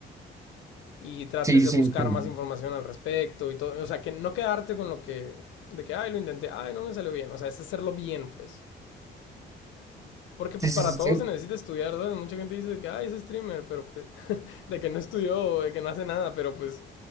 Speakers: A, on the left (about 75°); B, on the right (about 15°).
A: y trates
B: sí, sí,
A: de
B: sí,
A: buscar
B: entiendo.
A: más información al respecto y todo, o sea, que no quedarte con lo que, de que, ay, lo intenté, ay, no me salió bien, o sea, es hacerlo bien, pues. Porque pues
B: sí,
A: para
B: sí, sí,
A: todo
B: sí,
A: se necesita estudiar, ¿sabes? Mucha gente dice de que, ay, es streamer, pero pues, <laughs> de que no estudió, de que no hace nada, pero pues